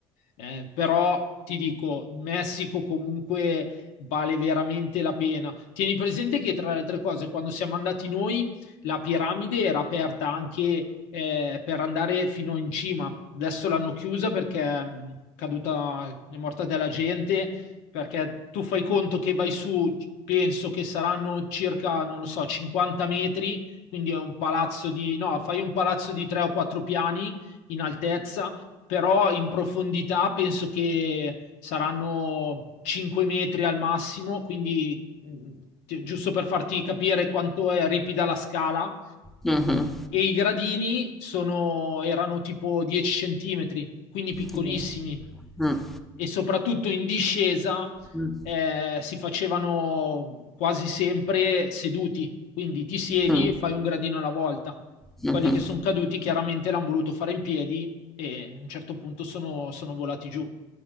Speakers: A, on the left (about 80°); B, in the centre.
A: Eh, però ti dico, Messico comunque vale veramente la pena. Tieni presente che tra le altre cose, quando siamo andati noi, la piramide era aperta anche eh, per andare fino in cima. Adesso l'hanno chiusa perché mm, è caduta, è morta della gente, perché tu fai conto che vai su, penso che saranno circa, non lo so, 50 metri, quindi è un palazzo di, no, fai un palazzo di tre o quattro piani in altezza, però in profondità penso che saranno 5 metri al massimo, quindi ti- giusto per farti capire quanto è ripida la scala,
B: mhm,
A: e i gradini sono- erano tipo 10 centimetri, quindi piccolissimi,
B: mhm. Mm,
A: e soprattutto in discesa
B: mm,
A: eh, si facevano quasi sempre seduti, quindi ti siedi
B: mm,
A: e fai un gradino alla volta.
B: mhm.
A: Quelli che sono caduti chiaramente l'hanno voluto fare in piedi e a un certo punto sono sono volati giù.